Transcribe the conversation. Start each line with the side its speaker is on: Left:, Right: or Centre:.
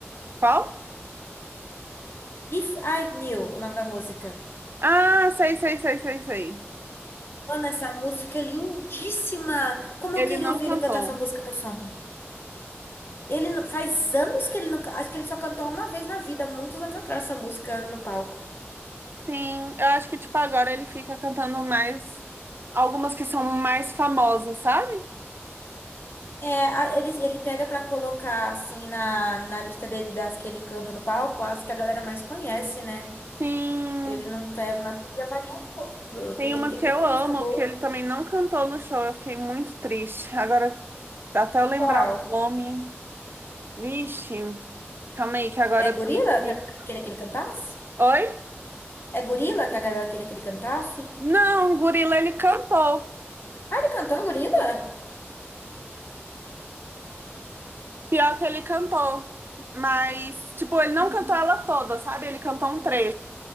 Right: Qual?
Left: If I Knew, o nome da música.
Right: Ah, sei, sei, sei, sei, sei.
Left: Mano, essa música é lindíssima. Como
Right: Ele
Left: eu queria
Right: não
Left: ouvir
Right: cantou.
Left: ele cantar essa música pessoalmente. Ele não- faz anos que ele não, acho que ele só cantou uma vez na vida, muitos anos atrás, essa música no palco.
Right: Sim, eu acho que, tipo, agora ele fica cantando mais algumas que são mais famosas, sabe?
Left: É, a- ele, ele pega pra colocar assim na, na lista dele das que ele canta no palco, as que a galera mais conhece, né?
Right: Sim.
Left: Ele não tem, mas podia variar um pouco, Bruno. Tem-
Right: Tem
Left: ele
Right: uma
Left: tem
Right: que
Left: tanta
Right: eu amo,
Left: música boa.
Right: que ele também não cantou no show. Eu fiquei muito triste. Agora, até eu lembrar
Left: Qual?
Right: o nome. Vixe, calma aí, que agora
Left: É
Right: eu
Left: Gorila
Right: tenho que.
Left: que a galera queria que ele cantasse?
Right: Oi?
Left: É Gorila que a galera queria que ele cantasse?
Right: Não, o Gorila ele cantou.
Left: Ah, ele cantou Gorila?
Right: Pior que ele cantou. Mas, tipo, ele não cantou ela toda, sabe? Ele cantou um trecho.